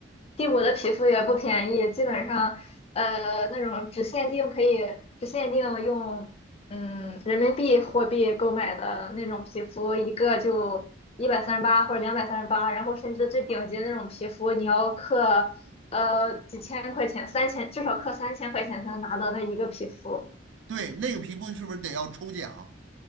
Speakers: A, on the left; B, on the right.
A: 第五的皮肤也不便宜，基本上，呃，那种只限定可以只限定用，嗯，人民币货币购买的那种皮肤，一个就一百三十八或者两百三十八，然后甚至最顶级的那种皮肤，你要克，呃，几千块钱，三千至少克三千块钱才能拿到那一个皮肤。
B: 对，那个皮肤是不是得要抽奖？